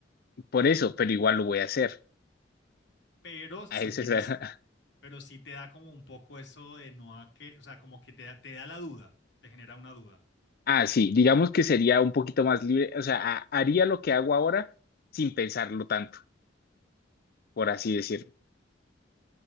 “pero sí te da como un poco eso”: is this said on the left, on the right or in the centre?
Left